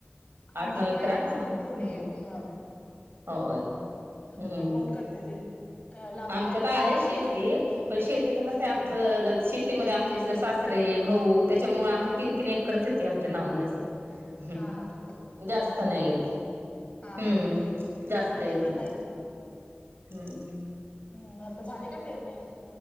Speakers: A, on the left; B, on the right.
A: आमची
B: आठ नऊ एकर
A: हाय
B: आहे आम्हाला
A: थोडी
B: हम्म
A: आहे ह.
B: होय
A: <unintelligible>
B: हम्म
A: कोण करते ते? लावलंय
B: आमच्यात
A: का
B: आहे
A: तुम्ही करताय?
B: शेती पण शेतीच कस
A: हा
B: आमचं शेतीमध्ये सासरे भाऊ त्याच्यामुळे आमचे तीन तीन एकरच येते आमच्या नावने असं. ह
A: हा हा
B: जास्त
A: जॉईंट
B: नाही येत
A: हा
B: हम्म
A: हा हा
B: जास्त
A: आमची
B: येत
A: पण
B: नाही. हम्.
A: हम् आता झाली का पेरणी?